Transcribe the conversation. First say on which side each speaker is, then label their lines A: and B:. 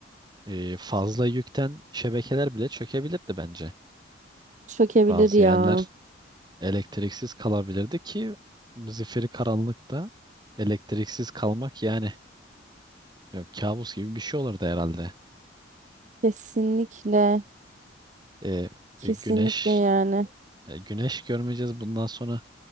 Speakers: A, on the right (about 25°); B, on the right (about 40°).
A: e, fazla yükten şebekeler bile çökebilirdi bence.
B: Çökebilir
A: Bazı
B: ya.
A: yerler elektriksiz kalabilirdi ki zifiri karanlıkta elektriksiz kalmak yani e, kabus gibi bir şey olurdu herhalde.
B: Kesinlikle.
A: E,
B: Kesinlikle
A: e, güneş
B: yani.
A: e, güneş görmeyeceğiz bundan sonra